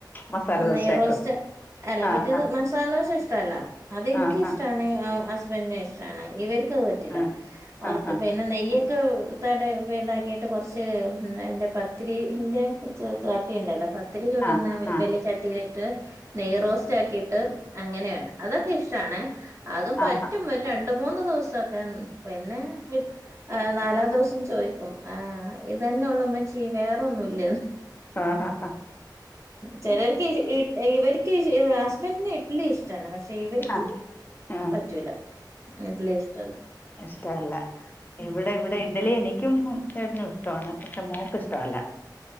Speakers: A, on the left; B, on the right.
A: മസാല ദോശയാക്കും
B: നെയ് റോസ്റ്റ് അല്ല
A: ആഹ്
B: പിറ്റെന്ന് മസാലദോശ ഇഷ്ടല്ല അതെൻക്ക്ഷ്ടാണ്
A: ആഹ്
B: ആഹ് ഹസ്ബന്റിനിഷ്ടാണ് ഇവർക്കത് പറ്റില്ല
A: ആഹ്
B: കൊറച്ച്
A: ആഹ് ആഹ്
B: പിന്നെ നെയ്യൊക്കെ ട്ത്താണ്ടെ ഇതാക്കിയിട്ട് കൊർച്ച് എൻ്റെ പത്തിരിയിൻ്റെ ചട്ടിയ്ണ്ടല്ലോ പ ത്തിരി ചുട്ന്ന
A: ആഹ് ആഹ്
B: വല്ല്യ ചട്ടിലിട്ട് നെയ്യ് റോസ്റ്റാക്കിയിട്ട് അങ്ങനെയാക്കും അതൊക്കെ ഇഷ്ടാണെ അതും പറ്റും
A: ആഹ് ആഹ്
B: ഒരു രണ്ട് മൂന്ന് ദിവസൊക്കെ പിന്നെ ഏഹ് നാലാമത്തെ ദുവസം ചോയ്ക്കും ആഹാ ഇതനെള്ളു ഉമ്മച്ചീ വേറൊന്നു ഇല്ലേന്ന്
A: ആഹ് ആഹ് ആഹ്
B: ചെല ർക്ക് ഇവര്ക്ക് ഹസ്ബൻഡന് ഇഡ്ലി ഇഷ്ടാണ് പക്ഷെ ഇവര്ക്ക്
A: ആഹ് ആഹ്
B: പറ്റൂല ഇഡ്ലിയിഷ്ടവല്ല
A: ഇഷ്ടവല്ല ഇവടെ ഇവടെ ഇഡലി എനി ക്കും ചേട്ടനും ഇഷ്ടവാണ് പക്ഷെ മോക്ക്ഷ്ടവല്ല